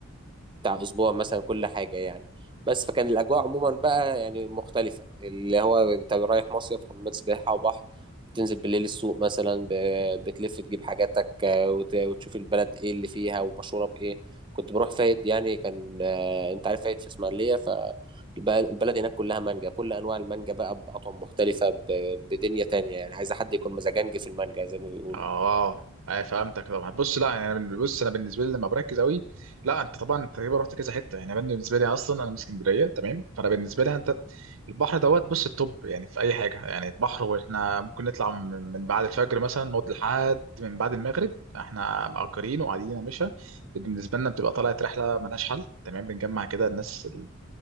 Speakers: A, on the right (about 20°); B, on the right (about 75°).
A: بتاع اسبوع مثلا كل حاجه يعني بس فكان الاجواء عموما بقى يعني مختلفه اللي هو انت رايح مصيف حمامات سباحه وبحر تنزل بالليل السوق مثلا ب- بتلف تجيب حاجاتك آه، وت- وتشوف البلد ايه اللي فيها ومشهوره بايه كنت بروح فايد يعني كان آه، انت عارف فايد في اسماعيليه فالبلد هناك كلها مانجا كل انواع المانجا بقى باطعم مختلفه ب- بدنيا تانية يعني عايز حد يكون مزاجنجي في المانجا زي ما بيقولوا
B: اه اي فهمتك طبعا بص لا يعني انا بن- بص انا بالنسبه لي لما بركز قوي لا انت طبعا انت تقريبا رحت كذا حته يعني أنا بالنسبه لي اصلا انا من اسكندريه تمام فانا بالنسبه لي انت البحر دوت بص التوب يعني في اي حاجه يعني البحر واحنا ممكن نطلع من من بعد الفجر مثلا نقعد لحد من بعد المغرب احنا مأجرين وقاعدين يا باشا بالنسبه لنا بتبقى طلعت رحله ملهاش حل تمام بنجمع كده الناس ال-